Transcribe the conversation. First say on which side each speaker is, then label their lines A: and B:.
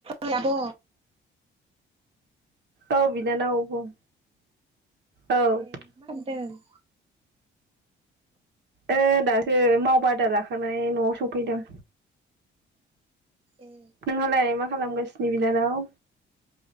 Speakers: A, on the right; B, on the right.
A: ओइ आब'
B: औ बिनानाव बुं। औ ओ
A: ए मा खामदों?
B: ओ दासो मावबादा लाखानाय न'आव सफैदों।
A: ए
B: नोंहालाय मा खालामगासिनो बिनानाव?